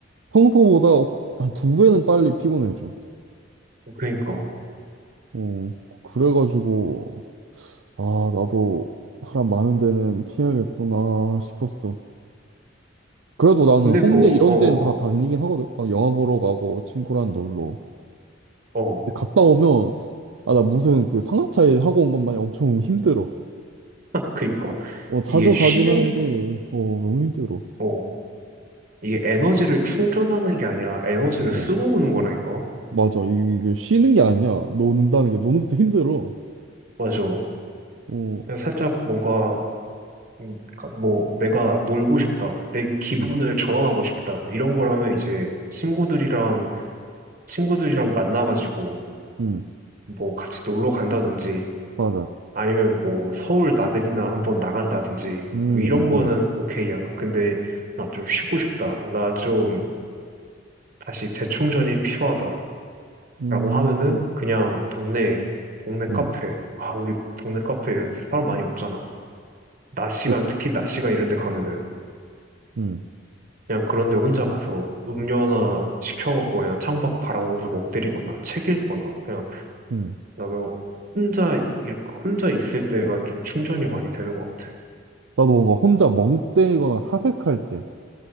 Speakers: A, on the right; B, on the right.
A: 평소보다 한 두 배는 빨리 피곤해져.
B: 그러니까.
A: 어, 그래가지고 아 나도 사람 많은 데는 피해야겠구나 싶었어. 그래도 나는
B: 근데
A: 홍대
B: 뭐,
A: 이런
B: 어,
A: 데는 다 다니긴 하거든. 막 영화 보러 가고 친구랑 놀러.
B: 어, 어.
A: 근데 갔다 오면 아 나 무슨 그 상하차 일 하고 온 것 마냥 엄청 힘들어.
B: <laughs> 그러니까.
A: 어, 자주
B: 이게 쉬는,
A: 가긴 하는데,
B: 게-
A: 어, 너무 힘들어.
B: 어, 이게 에너지를 충전하는 게 아니라 에너지를
A: 어,
B: 쓰고 오는 거라니까.
A: 맞아. 이게, 이게 쉬는 게 아니야. 노는다는 게, 노는 것도 힘들어.
B: 맞아.
A: 어,
B: 그냥 살짝 뭔가, 음, 그러니까 뭐, 내가 놀고 싶다. 내 기분을
A: 응,
B: 전환하고 싶다. 이런 거라면 이제 친구들이랑, 친구들이랑 만나가지고
A: 응,
B: 뭐 같이 놀러 간다든지
A: 맞아.
B: 아니면 뭐 서울 나들이나 한번 나간다든지
A: 응,
B: 뭐 이런
A: 응,
B: 거는
A: 응.
B: 오케이야. 근데 나 좀 쉬고 싶다. 나 좀 다시 재충전이 필요하다라고
A: 응
B: 하면은 그냥 동네 동네
A: 응,
B: 카페. 아, 우리 동네 카페 이런 데 사람 많이 없잖아. 낮 시간
A: 그치.
B: 특히 낮 시간 이런 데 가면은
A: 응,
B: 그냥 그런 데 혼자 가서 음료 하나 시켜갖고 그냥 창밖 바라보면서 멍 때리거나 책 읽거나 그냥
A: 응.
B: 나는 혼자 일- 혼자 있을 때가 좀 충전이 많이 되는 것 같아.
A: 나도 뭔가 혼자 멍 때리거나 사색할 때,